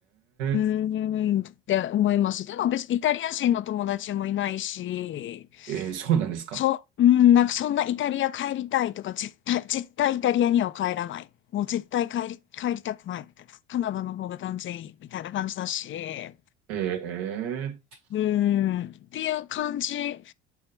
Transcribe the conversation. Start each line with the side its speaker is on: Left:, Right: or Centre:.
Left: うーん、
Right: え、
Left: って思います。でも別にイタリア人の友達もいないし、
Right: えーそうなんですか。
Left: そ、うん、なんかそんなイタリア帰りたいとか、絶対、絶対イタリアには帰らない。もう絶対帰り、帰りたくないみたいな。カナダの方が断然いいみたいな感じだし。
Right: ええ、
Left: うん、っていう感じ